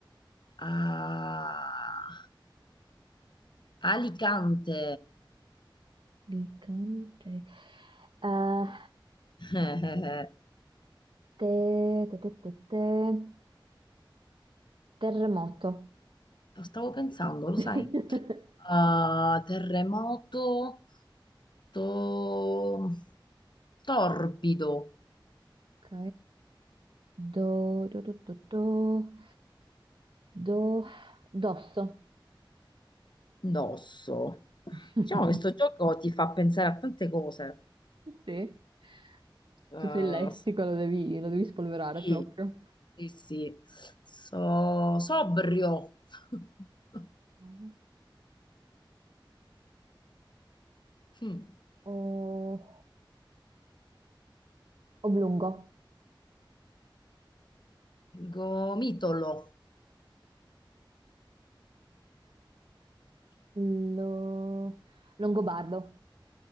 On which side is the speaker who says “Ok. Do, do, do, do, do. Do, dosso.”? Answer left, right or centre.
Right